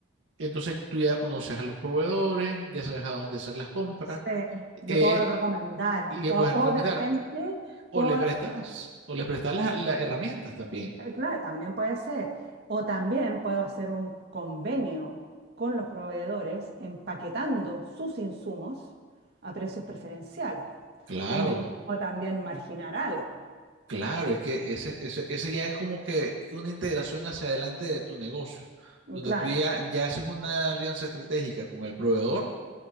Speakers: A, on the right (about 80°); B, on the right (about 55°).
A: entonces tú ya conoces a los proveedores, ya sabes a dónde hacer las compras,
B: Sí, yo
A: eh,
B: puedo recomendar.
A: y ya
B: O,
A: puedes
B: o
A: recomendar.
B: de repente
A: O
B: puedo,
A: le prestas, o le prestas la- las herramientas también.
B: eh, claro, también puede ser. O también puedo hacer un convenio con los proveedores empaquetando sus insumos a precios preferenciales,
A: Claro,
B: donde yo puedo también marginar algo.
A: claro, es que ese, ese, ese ya es como que una integración hacia adelante de tu negocio,
B: Mm,
A: donde
B: Claro,
A: tú ya, ya haces una alianza estratégica con el proveedor